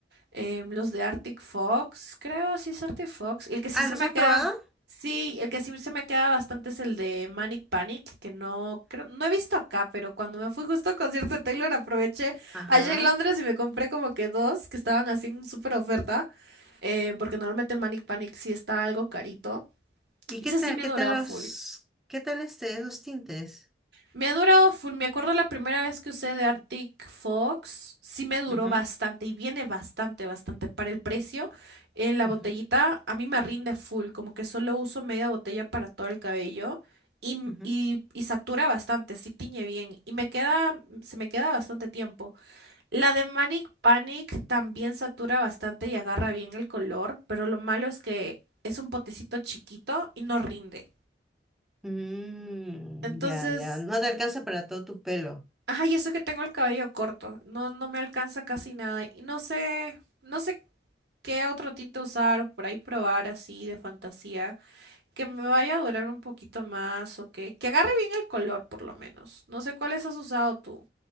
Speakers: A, on the right; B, in the centre.
A: Em, los de Arctic Fox, creo, sí es Arctic Fox. El que sí
B: Ah,
A: se
B: ¿los
A: me
B: has
A: queda,
B: probado?
A: sí, el que sí se me queda bastante es el de Manic Panic, que no creo, no he visto acá, pero cuando me fui justo al concierto de Taylor aproveché
B: Ajá.
A: allá en Londres y me compré como que dos que estaban así en súper oferta, em, porque normalmente el Manic Panic sí está algo carito.
B: ¿Y
A: Y
B: qué
A: ese
B: tal?
A: sí me
B: ¿Qué
A: ha durado
B: tal los,
A: full.
B: qué tal este, esos tintes?
A: Me ha durado full. Me acuerdo la primera vez que usé de Arctic Fox, sí me duró
B: Ujú,
A: bastante y viene bastante, bastante. Para el precio, en la
B: ujú,
A: botellita a mí me rinde full, como que solo uso media botella para todo el cabello y, m-
B: ujú.
A: y, y satura bastante, sí tiñe bien y me queda, se me queda bastante tiempo. La de Manic Panic también satura bastante y agarra bien el color, pero lo malo es que es un potecito chiquito y no rinde.
B: Mm,
A: Entonces
B: ya, ya. No te alcanza para todo tu pelo.
A: Ajá, y eso que tengo el cabello corto, no, no me alcanza casi nada. Y no sé, no sé qué otro tinte usar o por ahí probar así de fantasía, que me vaya a durar un poquito más o que, que agarre bien el color por lo menos. No sé cuáles has usado tú.